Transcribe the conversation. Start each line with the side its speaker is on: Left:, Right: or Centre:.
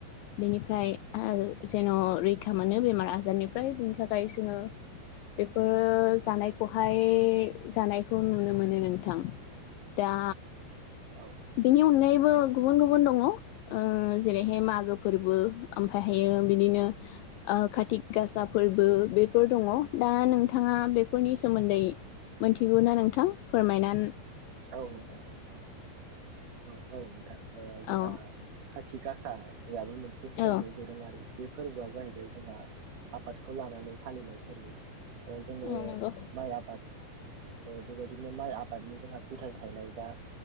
Left: बेनिफ्राय आरो
Right: औ नोंथां
Left: जेन' रै खा मोनो बेमार आजारनिफ्राय बिनि थाखाय जोङो बेफोर जानायखौहाय जानायखौ नुनो मोनो नोंथां। दा
Right: औ
Left: बेनि अनगायैबो गुबुन गुबुन दङ ओ जेरैहाय मागो फोरबो ओमफ्रायहायो बिदिनो खाथिगासा फोरबो बेफोर दङ दा नोंथाङा बेफोरनि सोमोन्दै मिथिगौ ना नोंथां फोरमायना
Right: औ नोंथां औ औ औ नोंथां जोंहा
Left: औ
Right: खाथि थि गाासायाबो मोनसे फोरबो
Left: औ
Right: दोरोङारि बे फोरबोआ जाहैबाय जोंहा आबादखौ लानानै फालिनाय फोरबो ओ जोङो
Left: औ नंगौ
Right: माइ आबाद बेबायदिनो माइ आबादनि जोंहा फिथाइ थायनाय बा